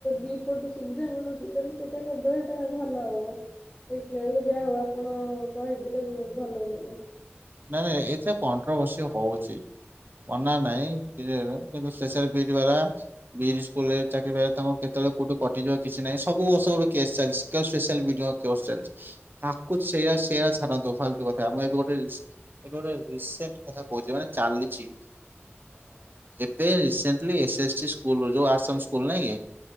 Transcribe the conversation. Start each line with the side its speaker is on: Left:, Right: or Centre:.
Left: ଦି ପଟୁ ସୁବିଧା ମିଳୁଛି ତାହେଲେ ସେଇଟା କରିଦେବେ ସେଇଟା ଭଲ ହବ। ଦେଖିଲେ ବେଳୁ ଯାଆ ହଉ ଆପଣ କହିଦେଲେ ଭଲ କଲେ।
Right: ନାଇଁ ନାଇଁ ଏତେ କଣ୍ଟ୍ରଭର୍ସି ହଉଛି ମନା ନାଇଁ
Left: ଆ-
Right: ଶେଷରେ ବିଇଡ ଵାଲା ବିଜ ସ୍କୁଲ ରେ ଚାକିରି ବା ତାଙ୍କ କେତେବେଳେ କୋଉଠି କଟିଯିବ କିଛି ନାହିଁ ସବୁ ବର୍ଷ କେ ସ୍ପେଶଲ ବିିଡିଓ ଚା ତାକୁ ସେଇା ସେଇା ଛାଡ଼ନ୍ତୁ ଫାଲତୁ କଥା ମୁଁ ଏବେ ଗୋଟେ ଏବେ ରିସେଣ୍ଟ କଥା କହୁଛ ମାନେ ଚାଲିଚି ଏବେ ରେସେଣ୍ଟଲି ଏସଏସଟି ସ୍କୁଲ ଯୋଉ ଅସସମ ସ୍କୁଲ ନାହିଁ କି